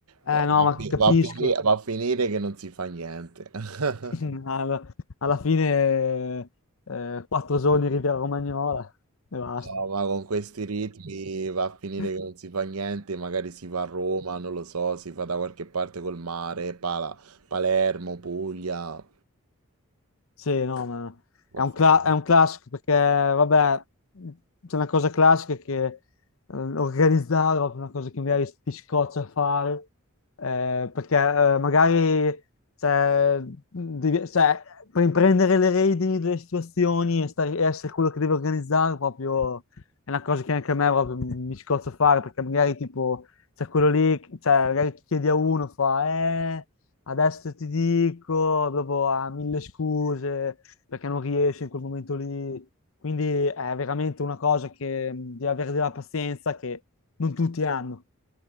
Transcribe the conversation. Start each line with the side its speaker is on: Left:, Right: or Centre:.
Left: Eh
Right: Va,
Left: no,
Right: va
Left: ma
Right: a fi-
Left: capisco.
Right: va a fini- va a finire che non si fa niente. <laughs>
Left: <laughs> Alla, alla fine eh, quattro giorni in Riviera Romagnola e basta.
Right: No, ma con questi ritmi va a finire
Left: <laughs>
Right: che non si fa niente, magari si va a Roma, non lo so, si fa da qualche parte col mare, Pala- Palermo, Puglia.
Left: Sì, no, ma è
Right: va
Left: un,
Right: a
Left: cla-
Right: finire.
Left: è un classico perché, vabbè, c'è una cosa classica che eh, organizzare è proprio una cosa che magari ti scoccia a fare, eh, perché eh, magari cioè, devi- cioè, per prendere le redini delle situazioni e, stare- e essere quello che deve organizzare proprio è una cosa che anche a me proprio mi scoccia a fare, perché magari tipo c'è quello lì, cioè, magari chiedi a uno, fa, eh... Adesso ti dico, dopo ha mille scuse perché non riesce in quel momento lì. Quindi è veramente una cosa che mh, devi avere della pazienza che non tutti hanno.